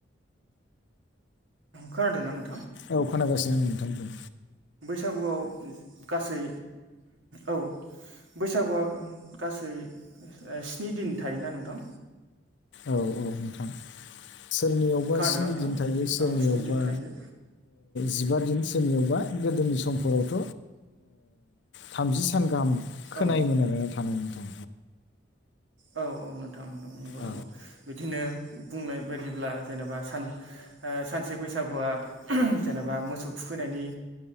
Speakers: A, on the right (about 80°); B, on the left (about 65°).
A: खोनादों नोंथां
B: औ खोनागासिनो आं नोंथांजों
A: बैसागुआव गासै औ बैसागुआ गासै स्नि दिन थायोना नोंथां
B: औ औ नोंथां सोरनियावबा
A: खोनादोंना
B: स्नि
A: नोंथां
B: दिन थायो सोरनियावबा
A: औ स्नि दिन थायो
B: जिबा दिन सोरनियावबा गोदोनि समफोरावथ' थामजि सान गाहाम खोनायोमोन
A: औ
B: आरोना थानो नोंथां
A: औ औ नोंथां नंगौ
B: औ
A: नंगौ बिदिनो बुंनाय बायदिब्ला जेनेबा सान सानसे बैसागुआ जेनेबा। बा मोसौ थुखैनायनि।